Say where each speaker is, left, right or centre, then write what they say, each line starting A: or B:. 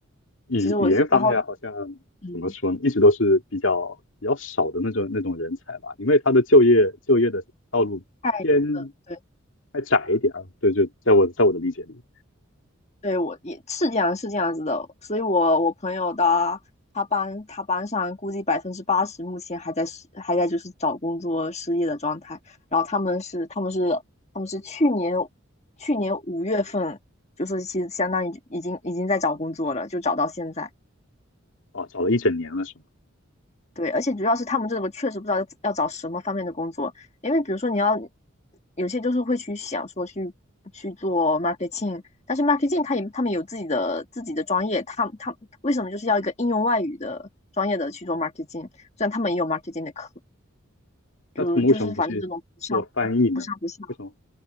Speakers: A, on the left; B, on the left.
A: 语语言方面好像
B: 其实我是然后嗯
A: 怎么说呢，一直都是比较比较少的那种那种人才吧，因为他的就业就业的道路偏
B: 太呃对。
A: 还窄一点啊。对，就在我在我的理解里，
B: 对，我也是这样，是这样子的。所以我，我朋友的他班，他班上估计百分之八十目前还在失，还在就是找工作失业的状态。然后他们是，他们是，他们是去年去年五月份，就是其实相当于已经已经在找工作了，就找到现在。
A: 哦，找了一整年了是吗？
B: 对，而且主要是他们这个确实不知道要找什么方面的工作，因为比如说你要有些就是会去想说去去做 marketing，但是 marketing 他也他们有自己的自己的专业，他他为什么就是要一个应用外语的专业的去做 marketing？虽然他们也有 marketing 的课，就就是反正这种不上不上不下，
A: 那他们为什么不去做翻译呢？为什么